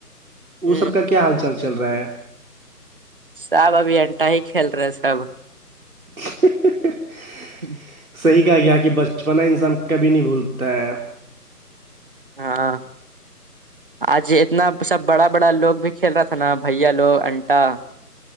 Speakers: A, on the right; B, on the right.
A: وہ
B: ہ
A: سب کا کیا حال چال چل رہا ہے
B: سب ابھی انٹا ہی کھیل رہے سب
A: <unintelligible>
B: ہوں
A: صحیح کہا گیا کہ بچپنا انسان کبھی نہیں بھولتا ہے
B: ہاں آج اتنا سب بڑا بڑا لوگ بھی کھیل رہا تھا نا بھیا لوگ انٹا